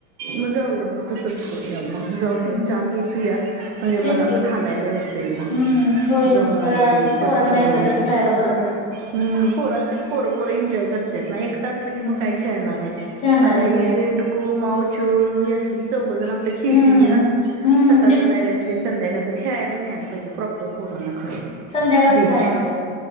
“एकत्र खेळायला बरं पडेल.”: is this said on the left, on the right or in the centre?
Left